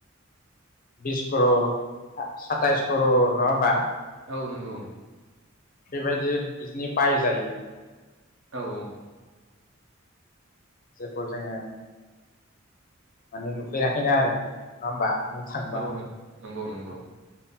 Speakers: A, on the left; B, on the right.
A: बिस करर साताइस कररर नङा होमबा
B: औ नंगौ
A: बेबायदि बिदिनि बायजायो
B: औ
A: जेखौ जोङो माने नुफेराखैनो आरो नङा होमबा बुंनो थांबा
B: औ नंगौ नंगौ